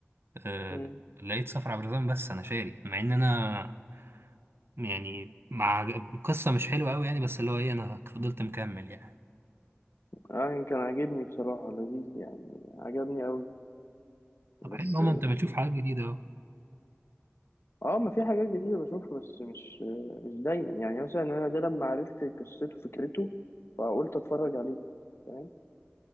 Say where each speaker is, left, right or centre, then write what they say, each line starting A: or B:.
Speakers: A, on the right; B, on the left.
A: آه،
B: مم.
A: لقيت صفر عبد الرحمن بس انا شاري مع ان انا يعني مع القصة مش حلوة قوي يعني بس اللي هو ايه انا فضلت مكمل يعني
B: اه كان عاجبني بصراحه لذيذ يعني عجبني قوي
A: طب
B: بس
A: حلو ماما انت بتشوف حاجات جديدة اهو
B: اه ما في حاجات جديدة بشوفها بس مش مش دايما يعني مثلا انا ده لما عرفت قصته فكرته فقلت اتفرج عليه فاهم